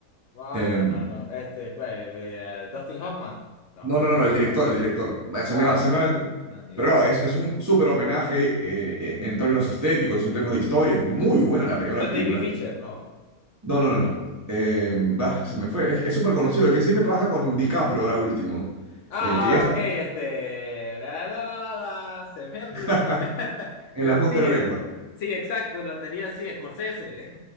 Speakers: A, on the left (about 65°); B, on the right (about 20°).
A: Ah,
B: Em,
A: no, no, no. Este, ¿cuál? Eh, eh, Dustin Hoffman. No,
B: no,
A: no
B: no,
A: es
B: no,
A: Dustin
B: no, el director,
A: Hoffman.
B: el director. Ay, se
A: Ah,
B: me va, se me va el...
A: no, ni idea.
B: Pero claro, es, es un súper homenaje eh, eh, en términos estéticos, en términos de historia. Es muy buena la primera
A: No es
B: película.
A: David Fincher, no.
B: No, no, no, no. Em, bah, se me fue. Es es súper conocido, el que siempre trabaja con DiCaprio ahora último,
A: Ah,
B: eh, que ya está
A: ah, ok, este. La, la, la, la, la, la, se me
B: <laughs>
A: olvidó también. <laughs>
B: en
A: Pero
B: la punta
A: sí,
B: de
A: es,
B: la lengua.
A: sí, exacto. La teoría sí, Scorsese.